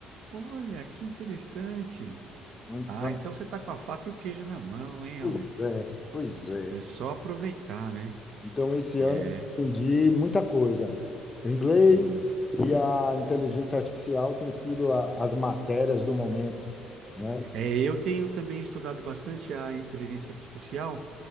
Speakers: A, on the right (about 65°); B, on the left (about 25°).
A: Olha, que interessante.
B: Então,
A: Ah, então você tá com a faca e o queijo na mão, hein,
B: pois
A: Alex?
B: é, pois é.
A: É só aproveitar, né?
B: Então, esse
A: É,
B: ano, eu aprendi muita coisa. O inglês
A: sim.
B: e a inteligência artificial têm sido a- as matérias do momento, né?
A: É, eu tenho também estudado bastante a inteligência artificial